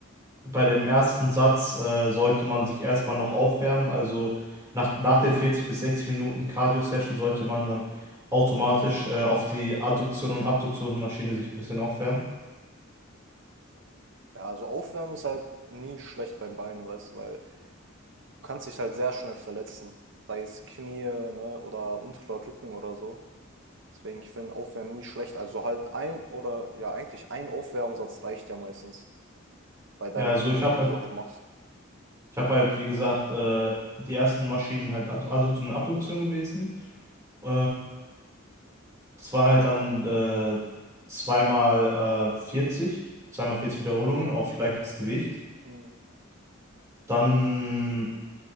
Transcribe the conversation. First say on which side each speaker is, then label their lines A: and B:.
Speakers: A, on the right; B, on the right.
A: bei dem ersten Satz äh, sollte man sich erstmal noch aufwärmen. Also nach, nach den 40 bis 60 Minuten Cardio-Session sollte man dann automatisch äh, auf die Adduktion und Abduktionsmaschine sich ein bisschen aufwärmen.
B: Ja, also Aufwärmen ist halt nie schlecht beim Bein, weißt du, weil du kannst dich halt sehr schnell verletzen. Sei es Knie, ne, oder unterer Rücken oder so. Deswegen, ich finde Aufwärmen nie schlecht. Also halt ein oder ja, eigentlich ein Aufwärmsatz reicht ja meistens bei deiner
A: Ja, also
B: Übung,
A: ich habe
B: die
A: halt,
B: du halt machst.
A: ich habe halt, wie gesagt, äh, die ersten Maschinen sind halt Ad- Adduktion und Abduktion gewesen. Äh, das war halt dann äh, zweimal äh, 40, zweimal 40 Wiederholungen auf leichtes Gewicht.
B: Hm.
A: Dann